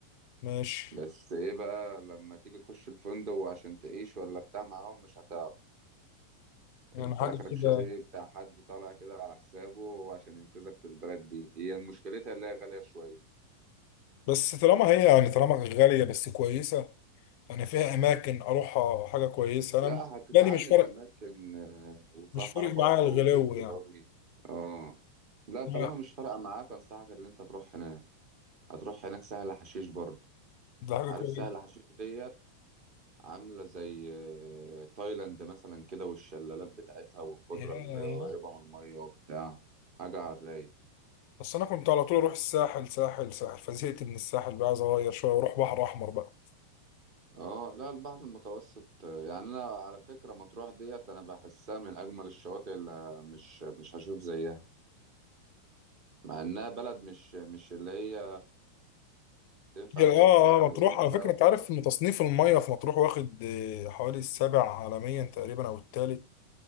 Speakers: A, on the left; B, on the right.
A: ماشي
B: بس ايه بقى لما تيجي تخش الفندق وعشان تعيش ولا بتاع معاهم مش هتعرف
A: يعني
B: انت
A: حاجه
B: اخرك
A: كده
B: شاليه بتاع حد طالع كده على حسابه وعشان ينقذك في البلد دي هي مشكلتها اللي هي غالية شوية
A: بس طالما هي يعني طالما غاليه بس كويسه يعني فيها اماكن اروحها حاجه كويسه
B: لا
A: انا
B: هتتعامل
A: بالي مش فارق
B: اماكن آه، وصحراء
A: مش فارق
B: برضه
A: معايا الغلو
B: وبيت
A: يعني
B: باجي اه لا طالما
A: لا
B: مش فارقة معاك انصحك ان انت تروح هناك هتروح هناك سهل حشيش برضه
A: ده حاجه
B: عارف
A: كويسه
B: سهل حشيش ديت عاملة زي آه، تايلاند مثلا كده والشلالات بتاعتها والخضرة
A: ياه.
B: اللي قريبة من المية وبتاع حاجة على الرايق
A: بس انا كنت على طول اروح الساحل ساحل ساحل فزهقت من الساحل بقى عايز اغير شويه واروح بحر احمر بقى
B: اه لا البحر المتوسط آه، يعني انا على فكرة مطروح ديت انا بحسها من اجمل الشواطئ اللي ه- مش مش هشوف زيها مع انها بلد مش مش اللي هي تنفع
A: هي
B: زي
A: اه
B: الساحل
A: اه مطروح
B: والغردقة
A: على فكرة
B: وكده
A: انت عارف ان تصنيف المية في مطروح واخد آه، حوالي السابع عالميا تقريبا او الثالث